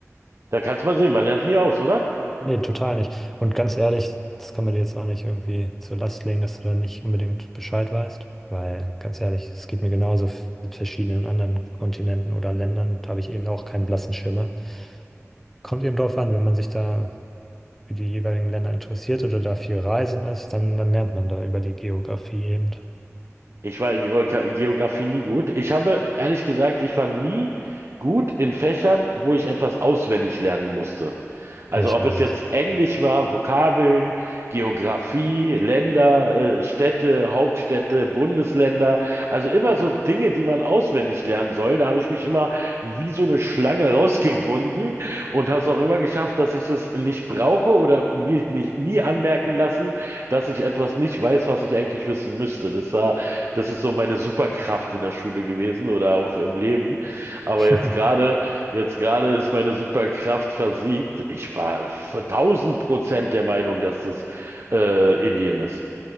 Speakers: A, on the right; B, in the centre.
A: Da kannst du mal sehen, man lernt nie aus, oder?
B: Nee, total nicht. Und ganz ehrlich, das kann man dir jetzt auch nicht irgendwie zur Last legen, dass du da nicht unbedingt Bescheid weißt. Weil, ganz ehrlich, es geht mir genauso f- mit verschiedenen anderen Kontinenten oder Ländern. Da habe ich eben auch keinen blassen Schimmer. Kommt eben drauf an, wenn man sich da für die jeweiligen Länder interessiert oder da viel reisen ist, dann, dann lernt man da über die Geografie eben.
A: Ich war in Geogra- Geografie nie gut. Ich habe, ehrlich gesagt, ich war nie gut in Fächern, wo ich etwas auswendig lernen musste. Also
B: Nee, ich
A: ob
B: auch
A: es
B: nicht.
A: jetzt Englisch war, Vokabeln, Geografie, Länder, äh, Städte, Hauptstädte, Bundesländer. Also immer so Dinge, die man auswendig lernen soll. Da habe ich mich immer wie so eine Schlange <laughs> rausgewunden und habe es auch immer geschafft, dass ich das nicht brauche oder mir nicht, nie anmerken lassen, dass ich etwas nicht weiß, was ich eigentlich wissen müsste. Das war das ist so meine Superkraft in der Schule gewesen oder auch im Leben. Aber
B: <laughs>
A: jetzt gerade, jetzt gerade ist meine Superkraft versiegt. Ich war tausend Prozent der Meinung, dass das äh, Indien ist.